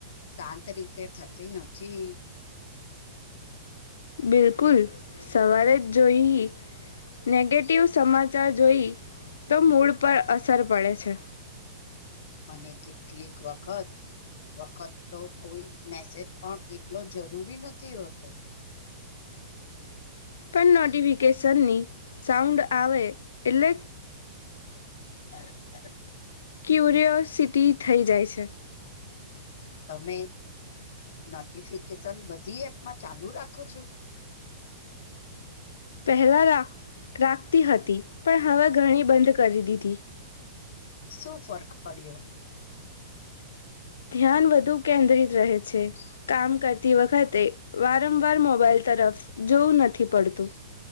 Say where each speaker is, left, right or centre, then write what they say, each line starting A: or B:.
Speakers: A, on the left (about 65°); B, on the left (about 85°).
A: શાંત રીતે થતી નથી.
B: બિલકુલ સવારે જ જોઈ. નેગેટિવ સમાચાર જોઈ તો મૂળ પર અસર પડે છે.
A: અને કેટલીક વખત. વખત તો કોઈ મેસેજ પણ એટલો જરૂરી નથી હોતો.
B: પણ નોટિફિકેશનની સાઉન્ડ આવે એટલે.
A: હા <inaudible>
B: ક્યુરિઓસિટી થઈ જાય છે.
A: તમે નોટિફિકેશન બધી એપમાં ચાલુ રાખો છો.
B: પહેલા રાખ રાખતી હતી પણ હવે ઘણી બંધ કરી દીધી.
A: શું ફર્ક પડ્યો.
B: ધ્યાન વધુ કેન્દ્રિત રહે છે. કામ કરતી વખતે વારંવાર મોબાઈલ તરફ જોવું નથી પડતું